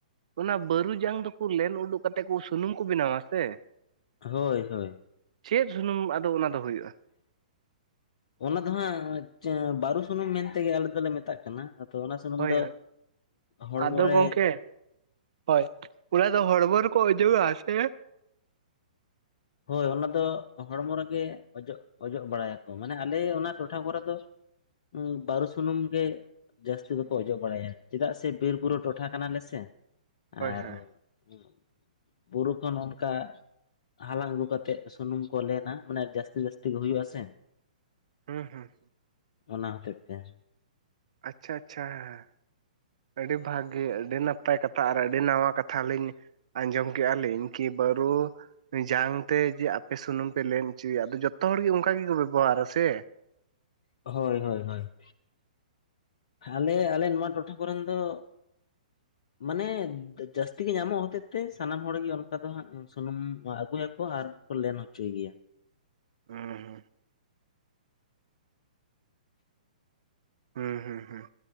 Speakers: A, on the right (about 55°); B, on the left (about 45°).
A: ᱚᱱᱟ ᱵᱟᱹᱨᱩ ᱡᱟᱝ ᱫᱚᱠᱚ ᱞᱮᱱ ᱩᱸᱰᱩᱠ ᱠᱟᱛᱮᱫ ᱠᱚ, ᱥᱩᱱᱩᱢ ᱠᱚ ᱵᱮᱱᱟᱣᱟ ᱥᱮ?
B: ᱦᱳᱭ ᱦᱳᱭ᱾
A: ᱪᱮᱫ ᱥᱩᱱᱩᱢ ᱟᱫᱚ ᱚᱱᱟ ᱫᱚ ᱦᱩᱭᱩᱜᱼᱟ?
B: ᱚᱱᱟ ᱫᱚ ᱦᱟᱸᱜ, ᱟᱪᱪᱷᱟ ᱵᱟᱨᱩ ᱥᱩᱱᱩᱢ ᱢᱮᱱᱛᱮᱜᱮ ᱟᱞᱮ ᱫᱚᱞᱮ ᱢᱮᱛᱟᱜ ᱠᱟᱱᱟ᱾ ᱟᱫᱚ ᱚᱱᱟ ᱥᱩᱱᱩᱢ
A: ᱦᱳᱭ
B: ᱫᱚ
A: ᱦᱳᱭ
B: ᱦᱚᱲᱢᱚ
A: ᱟᱫᱚ
B: ᱨᱮ
A: ᱜᱚᱝᱠᱮ ᱦᱳᱭ, ᱚᱱᱟ ᱫᱚ ᱦᱚᱲᱢᱚ ᱨᱮᱠᱚ ᱚᱡᱚᱜᱼᱟ, ᱥᱮ?
B: ᱦᱳᱭ, ᱚᱱᱟ ᱫᱚ ᱦᱚᱲᱢᱚ ᱨᱮᱜᱮ ᱚᱡᱚᱜ ᱚᱡᱚᱜ ᱵᱟᱲᱟᱭᱟᱠᱚ᱾ ᱢᱟᱱᱮ ᱟᱞᱮ ᱚᱱᱟ ᱴᱚᱴᱷᱟ ᱠᱚᱨᱮ ᱫᱚ, ᱩᱸᱢ ᱵᱟᱨᱩ ᱥᱩᱱᱩᱢ ᱜᱮ ᱡᱟᱹᱥᱛᱤ ᱫᱚᱠᱚ ᱚᱡᱚᱜ ᱵᱟᱲᱟᱭᱟ, ᱪᱮᱫᱟᱜ ᱥᱮ ᱵᱤᱨ ᱵᱩᱨᱩ ᱴᱚᱴᱷᱟ ᱠᱟᱱᱟᱞᱮᱥᱮ᱾ ᱟᱨ,
A: ᱦᱳᱭ
B: ᱦᱩᱸ ᱵᱩᱨᱩ ᱠᱷᱚᱱ ᱚᱱᱠᱟ ᱦᱟᱞᱟᱝ ᱟᱹᱜᱩ ᱠᱟᱛᱮᱜ ᱥᱩᱱᱩᱢ ᱠᱚ ᱞᱮᱱᱟ᱾ ᱢᱟᱱᱮ ᱡᱟᱹᱥᱛᱤ ᱡᱟᱹᱥᱛᱤ ᱜᱮ ᱦᱩᱭᱩᱜᱼᱟ ᱥᱮ᱾
A: ᱦᱩᱸ ᱦᱩᱸ᱾
B: ᱚᱱᱟ ᱦᱚᱛᱮᱫ ᱛᱮ᱾
A: ᱟᱪᱪᱷᱟ ᱟᱪᱪᱷᱟ, ᱦᱮᱸ᱾ ᱟᱹᱰᱤ ᱵᱷᱟᱹᱜᱤ ᱟᱹᱰᱤ ᱱᱟᱯᱟᱭ ᱠᱟᱛᱷᱟ, ᱟᱨ ᱟᱹᱰᱤ ᱱᱟᱣᱟ ᱠᱟᱛᱷᱟᱞᱤᱧ ᱟᱸᱡᱚᱢ ᱠᱮᱫᱮᱜᱼᱟ ᱞᱤᱧ ᱠᱤ ᱵᱟᱹᱨᱩ ᱡᱟᱝᱛᱮ ᱡᱮ ᱟᱯᱮ ᱥᱩᱱᱩᱢ ᱯᱮ ᱞᱮᱱ ᱦᱚᱪᱚᱭᱟ, ᱟᱫᱚ ᱡᱚᱛᱚ ᱦᱚᱲ ᱜᱮ ᱚᱱᱠᱟ ᱜᱮᱠᱚ ᱵᱮᱵᱚᱦᱟᱨᱟ ᱥᱮ᱾
B: ᱦᱳᱭ ᱦᱳᱭ ᱦᱳᱭ᱾ ᱟᱞᱮ, ᱟᱞᱮ ᱱᱚᱣᱟ ᱴᱚᱴᱷᱟ ᱠᱚᱨᱮᱱ ᱫᱚ <inaudible> ᱢᱟᱱᱮ ᱡᱟᱹᱥᱛᱤ ᱜᱮ ᱧᱟᱢᱚᱜ ᱦᱚᱛᱮᱛ ᱛᱮ, ᱥᱟᱱᱟᱢ ᱦᱚᱲᱜᱮ ᱚᱱᱠᱟ ᱫᱚ ᱦᱟᱸᱜ ᱥᱩᱱᱩᱢ ᱟᱹᱜᱩᱭᱟᱠᱚ, ᱟᱨ ᱯᱮᱞᱮᱱ ᱦᱚᱪᱚᱭ ᱜᱮᱭᱟ᱾
A: ᱦᱩᱸ ᱦᱩᱸ᱾ ᱦᱩᱸ ᱦᱩᱸ ᱦᱩᱸ᱾